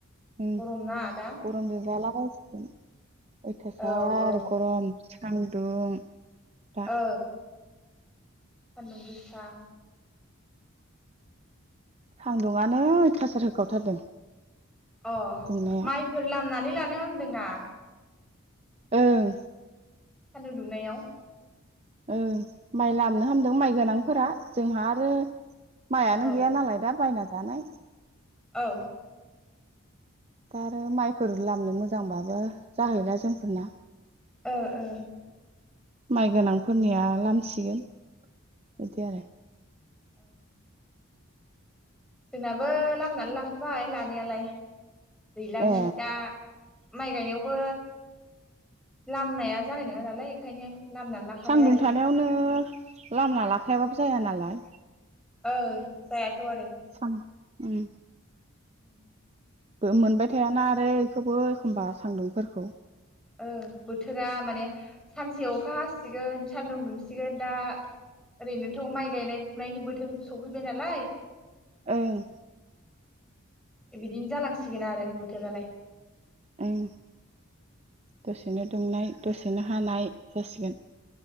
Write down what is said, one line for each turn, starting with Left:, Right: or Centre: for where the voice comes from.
Right: उम
Centre: गरम ना दा
Right: गरमजों जाला। <unintelligible> अयथासार
Centre: औ औ
Right: गरम। सान्दुं दा
Centre: ओ सान्दुं गोसा
Right: सान्दुङानो अयथासार होखावथारदों
Centre: अ
Right: दुंनाया
Centre: माइफोर लामनानै लानो हामदोंना
Right: ओं
Centre: सान्दुं दुंनायाव
Right: ओ माइ लामनो हामदों माइ गोनांफोरा जोंहा आरो माइआनो
Centre: औ
Right: गैया नालाय दा बायना जानाय
Centre: औ
Right: दा आरो माइफोर लामनो मोजांबाबो जाहैला जोंफोरना
Centre: ओ ओ
Right: माइ गोनांफोरनिया लामसिगोन एदि आरो
Centre: ओं जोंनाबो लामनानै लाखाबाय लानायालाय दैलांनि
Right: ए
Centre: दा माइ गायनायावबो लामनाया जानाय नङा नालाय बेखायनो लामनानै लाखाबाय
Right: सान्दुं
Centre: आरो
Right: थानायावनो लामना लाखायाबाबो जाया ना लाय
Centre: ओ जायाथ' आरो
Right: सां उम
Centre: उम
Right: बो मोनबाय थायाना आरो बेखौबो एखमबा सान्दुंफोरखौ
Centre: ओ बोथोरा माने सानसे अखा हासिगोन सानदुं दुंसिगोन दा ओरैनोथ' माइ गायनाय फुनायनि बोथोर सफैबाय नालाय
Right: ओं
Centre: बिदिनो जालांसिगोन आरो बोथोरालाय
Right: ओं दसेनो दुंनाय दसेनो हानाय जासिगोन